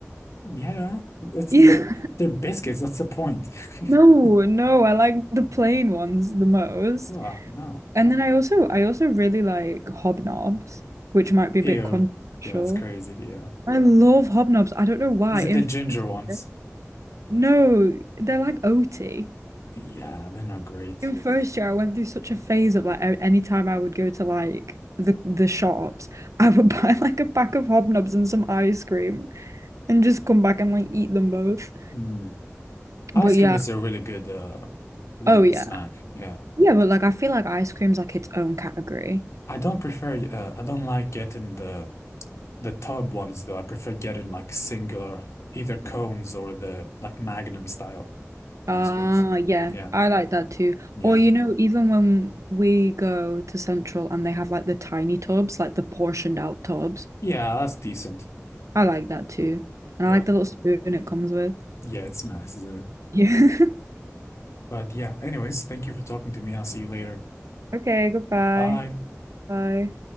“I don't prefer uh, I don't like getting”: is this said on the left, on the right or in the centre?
Left